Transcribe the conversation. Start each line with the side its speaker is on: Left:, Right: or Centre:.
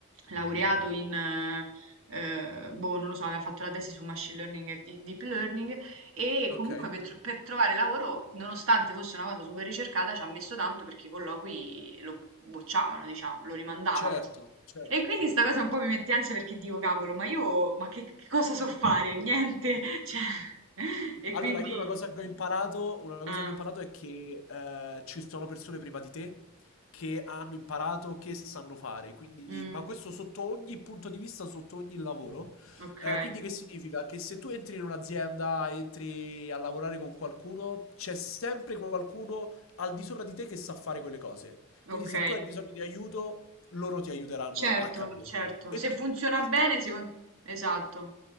Right: laureato in eh, eh, boh, non lo so, aveva fatto la tesi su machine learning e di- deep learning e
Left: Ok.
Right: comunque per, tro- per trovare lavoro, nonostante fosse una cosa super ricercata, ci ha messo tanto perché i colloqui lo bocciavano, diciamo, lo rimandavano.
Left: Certo, certo,
Right: E quindi
Left: certo,
Right: sta cosa
Left: certo.
Right: un po' mi mette ansia perché dico, cavolo, ma io, ma che, che cosa so fare?
Left: Come
Right: Niente,
Left: faccio?
Right: <laughs> cioè, e
Left: Allora,
Right: quindi,
Left: io una cosa che ho imparato, una cosa
Right: ah,
Left: che ho imparato è che eh, ci sono persone prima di te che hanno imparato, che sanno fare, quindi,
Right: mm,
Left: ma questo sotto ogni punto di vista, sotto ogni lavoro.
Right: ok,
Left: Eh, quindi che significa? Che se tu entri in un'azienda, entri a lavorare con qualcuno, c'è sempre qualcuno al di sopra di te che sa fare quelle cose.
Right: ok,
Left: Quindi se tu hai bisogno di aiuto, loro ti aiuteranno
Right: certo,
Left: a, a capirlo.
Right: certo,
Left: E
Right: se funziona
Left: con il
Right: bene,
Left: tempo...
Right: secondo... esatto,